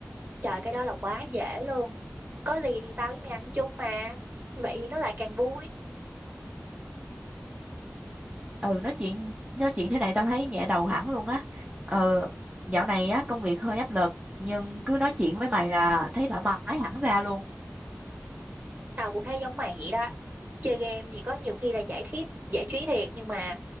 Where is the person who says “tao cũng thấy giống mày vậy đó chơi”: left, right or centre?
Right